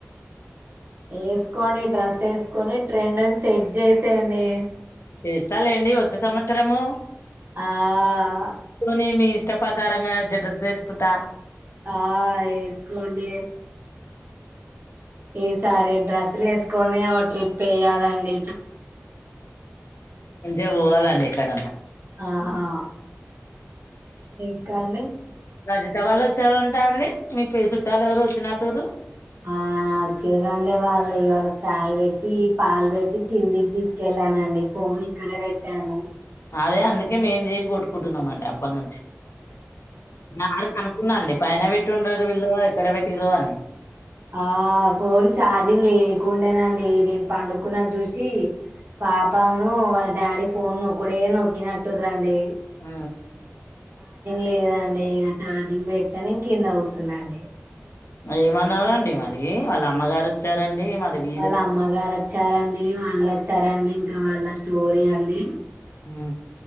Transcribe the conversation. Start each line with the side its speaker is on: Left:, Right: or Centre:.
Right: వేసుకోండి డ్రస్ వేసుకొని ట్రెండ్ని సెట్ చేసేయండి
Left: తీస్తా లేండి వచ్చే సంవత్సరము
Right: ఆ
Left: నే మీఇష్టం ఇష్ట ప్రకారంగా డ్రెస్ వేసుకుంటా
Right: ఆ వేసుకోండి ఈసారి డ్రెస్సులు వేసుకొని ఓ ట్రిప్ వయ్యాలండి
Left: <inaudible> పోవాలండి ఎక్కడన్నా
Right: ఆహా ఇంకా అండి
Left: రజత వాళ్ళు వచ్చారుంటా అండి మీ పే చుట్టాలు ఎవరు వచ్చిన టరు
Right: ఆ వచ్చి రండి వాళ్ళు ఇవాళ చాయ్ పెట్టి పాల్ పెట్టి కిందికి తీసుకెళ్ళానండి ఫోన్ ఇక్కడే పెట్టాను
Left: అదే అందుకే మేం చేసి కొట్టుకుంటున్నామ అండి అప్పటి నుంచి నాడు కనుకున్నాండి పైన పెట్టిండరు వీళ్ళ ఇక్కడ పెట్టిర అని
Right: ఆ ఫోన్ చార్జింగ్ లేకుండేనండి నేను పండుకున్న చూసి పాపవును వాళ్ళ డాడీ ఫోన నొక్కుడే నొక్కి నట్టురండి
Left: ఆ
Right: లేదండి చార్జింగ్ పెట్ట్ కింద కూర్చు అవునండి
Left: ఏమన్నదండి మది వాళ్ళ అమ్మగారు వచ్చారండి మరి వీరు
Right: వాళ్ళ అమ్మగారు వచ్చారండి వాన్లో వచ్చారండి ఇంకా వాళ్ళ స్టోరీ అండి
Left: హ